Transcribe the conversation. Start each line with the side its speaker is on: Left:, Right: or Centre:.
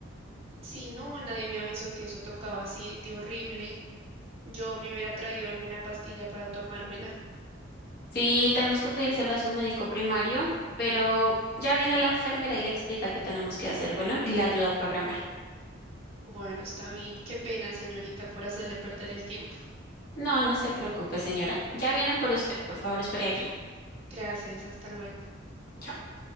Right: Si no, nadie me avisó que eso tocaba así de horrible. Yo me hubiera traído alguna pastilla para tomármela.
Left: sí tenemos que pedírselo a su médico primario, pero ya viene la enfermera y le explica qué tenemos que hacer. Bueno, y le ayuda a programar.
Right: Bueno, está bien. Qué pena, señorita, por hacerle perder el tiempo.
Left: No, no se preocupe, señora. Ya vienen por usted. Por favor, espere aquí.
Right: Gracias, hasta luego.
Left: Chao.